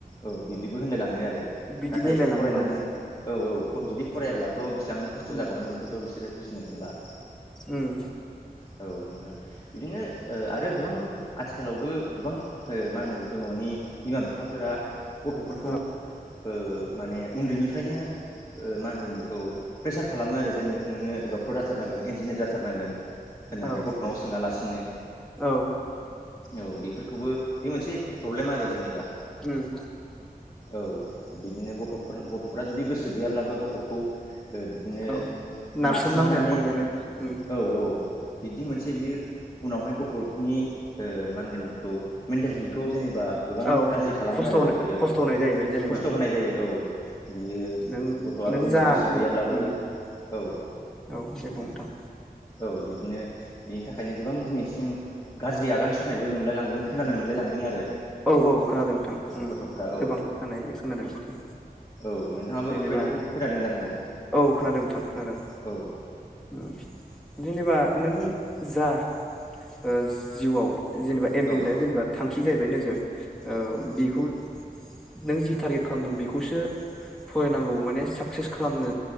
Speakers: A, on the left; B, in the centre.
A: औ बिदिबो होनलायलाङो आरो
B: बिदिबो
A: नाथाय
B: होनलायलाङो
A: फरायनानै
B: औ
A: औ औ जुदि
B: उम
A: फरायाब्लाथ' बेसेबां खस्थ'
B: उम
A: जागौमोन बेखौथ' बिसोरो बुजिनो मोनला।
B: उम
A: औ नोंथां बिदिनो ओ आरो गोबां आथिखालावबो गोबां ओ मा होनो बेखौ न'नि बिमा बिफाफोरा गथ'फोरखौ
B: औ
A: ओ माने उन्दैनिफ्रायनो ओ मा होनगोन बेखौ प्रेसार खालामो आरो जे नोङो डक्ट'र जाथारनांगोन इन्जिनियार जाथारनांगोन होननानै
B: औ
A: गथ'नाव सोङालासिनो
B: औ
A: औ बेफोरखौबो बे मोनसे प्रब्लेम आरो जेनेबा
B: उम
A: औ बिदिनो गथ' गथ'फोरा जुदि गोसो गैयाब्लाबो गथ'खौ ओ बिदिनो
B: औ नारसोमना
A: नारसिननानै
B: होनो खम जाहैबाय उम
A: औ औ बिदि
B: उम
A: मोनसे बियो उनावहाय गथ'नि ओ मा होनगोन बेखौ मेन्टेल हेल्थखौ जेनेबा गोबां
B: औ
A: गाज्रि खालामो
B: खस्थ'
A: आरो
B: होनो
A: बेफोरो
B: खस्थ' होनाय जाहैबाय जेनेबा
A: खस्थ'
B: नोंथां
A: होनाय जायो औ बियो
B: नों
A: गथ'आ
B: नों
A: जेनेबा
B: जा
A: गोसो गैयाब्लाबो
B: उम
A: औ
B: औ दे बुं नोंथां
A: औ बिदिनो बिनि थाखायनो गोबां दिनैसिम गाज्रि आगान सुरनायबो नुलाय लांदों खोनानो मोनलाय लांदों आरो।
B: औ औ खोनादों नोंथां उम
A: गथ'फ्रा औ
B: गोबां जानाय खोनादों बिदि।
A: औ नोंथाङाबो
B: जेनेबा
A: बेफोरबायदिखौ खोनादों जानांगौ
B: औ खोनादों नोंथां खोनादों
A: औ
B: उम जेनेबा नों जा ओ जिउआव जेनेबा एम
A: औ
B: एल <unintelligible> जेनेबा थांखि जाहैबाय नोजोर औ बिखौ नों जि टारगेट खालामदों बेखौसो फरायनांगौ माने साकसेस खालामनो